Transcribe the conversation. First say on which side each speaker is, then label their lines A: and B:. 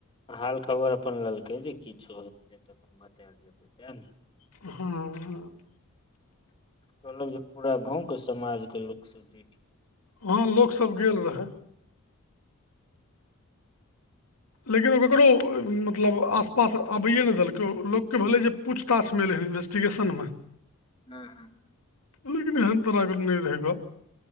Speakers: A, on the left; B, on the left.
A: हाल खबर अपन लेलकै जे किछो हेतै तऽ अपन बतायल जेतै सएह ने
B: हँ आहाँ
A: कहलक जे पूरा गाँंव के समाज के लोक सब जीत
B: हँ लोक सब गेल रहए लेकिन ओ ककरो मतलब आसपास आबैए नै देलकै लोकके भेलै जे पूछताछ मै ह इन्वेस्टिगेशन मे
A: हूँ हूँ
B: लेकिन एहन तरहके नै रहै गप